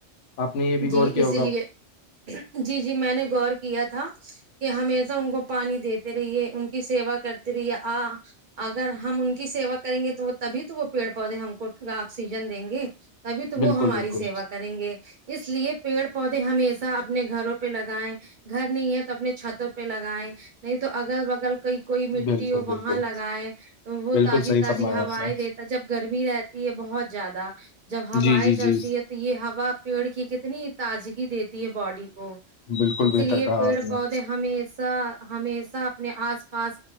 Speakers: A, on the left; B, on the right.
A: آپ نے یہ بھی
B: جی
A: غور کیا
B: اسی
A: ہوگا
B: لیے جی جی میں نے غور کیا تھا کہ ہمیشہ ان کو پانی دیتے رہیے ان کی سیوا کرتے رہیے آ اگر ہم ان کی سیوا کریں گے تو وہ تبھی تو وہ پیڑ پودے ہم کو آکسیجن دیں گے تبھی تو
A: بالکل
B: وہ ہماری
A: بالکل
B: سیوا کریں گے اس لیے پیڑ پودے ہمی اپنے گھروں پہ لگائےیں گھر نہیں ہے تو اپنے چھتوں پہ لگیں نہیں تو اگل بگل کوئی کوئی مٹی
A: بالکل
B: ہو وہاں
A: بالکل
B: لگائے تو وہ
A: بالکل
B: تازی
A: صحیح
B: تازی
A: فرمایا
B: ہوائیں
A: آپ نے
B: دیتا جب گرمی رہ بہت زیادہ جب ہوائیں
A: جی جی
B: چلتی
A: جی
B: ہے تو یہ ہوا پیڑ کی کتنی تازگی دیتی ہے باڈی کو
A: بالکل
B: اسی
A: بہتر
B: لیے
A: کہا
B: پیڑ
A: آپ نے
B: پودے ہمیشہ ہمیشہ اپنے آس پا پاس